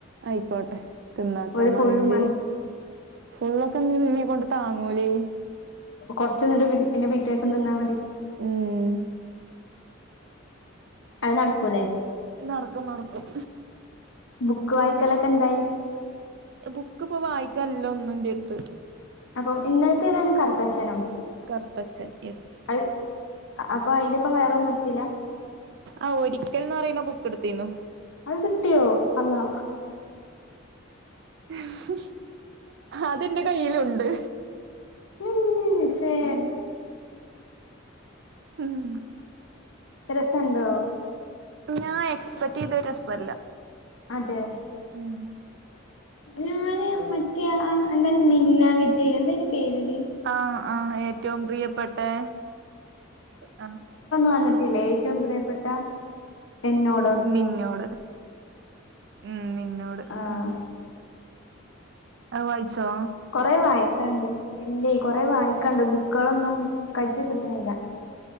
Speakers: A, on the right; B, on the left.
A: ആയിക്കോട്ടെ തിന്നാട്ടൊ
B: ഒരു
A: മന്തി
B: ഫുള്ള്
A: ഫുള്ളൊക്കെ ന് ന്നെ കൊണ്ട് താങ്ങൂലേ
B: കൊറച്ച്ന്നിട്ട് പി പിന്നെ പിറ്റേസം തിന്നാ മതി
A: ഉം
B: അത് നടക്കൂല്ലേ
A: നടക്കും നടക്കും
B: ബുക്ക് വായിക്കലക്കെന്തായി
A: ബുക്ക്പ്പോ വായിക്കാന്ല്ല ഒന്നൂന്റെടുത്ത്
B: അപ്പം ഇന്നലത്തേതാണ് കറുത്തച്ഛനോ
A: കർത്തച്ഛൻ യെസ്
B: അത് അപ്പൊ അയിന്റെപ്പം വേറെന്നും എട്ത്തില്ല
A: ആഹ് ഒരിക്കൽ ന്ന് പറയ്ണ ബുക്കെടുത്തിന്നു
B: അത് കിട്ടിയോ അള്ളാ
A: ഹ്ഹ്ഹ അതെന്റെ കയ്യിലുണ്ട്
B: മ് ശേ
A: ഉം ഉം
B: രസംണ്ടോ
A: ഞാൻ എക്സ്പെക്ടെചെയ്തോ രസല്ല
B: അതെ
A: ഉം
B: ഞാന് മറ്റേ എന്താണ് നിന്ന വിജയ് എന്തായ് ന്റെ പേര് ഡി
A: ആഹ് ആഹ് ഏറ്റൊവും പ്രിയപ്പെട്ടെ ആ
B: വന്നിട്ടില്ലെ ഏറ്റൊം പ്രിയപ്പെട്ട എന്നോട്
A: നിന്നോട് ഉം നിന്നോട്
B: ആഹ്
A: ഉം അത് വായ്ച്ചോ
B: കൊറെ വായിക്കാണ്ട് ഇല്ലേ കൊറെേ വായിക്കാണ്ട് ബുക്കളൊന്നും കജ്ജ് കിട്ട്ണില്ല